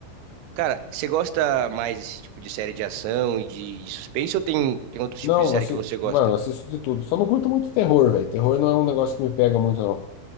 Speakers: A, on the right (about 85°); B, on the left (about 90°).
A: Cara, você gosta mais desse tipo de série de ação e de, de suspense ou tem, tem outro tipo
B: Não,
A: de série
B: assim,
A: que você gosta?
B: mano, eu assisto de tudo. Só não curto muito terror, velho. Terror não é um negócio que me pega muito, não.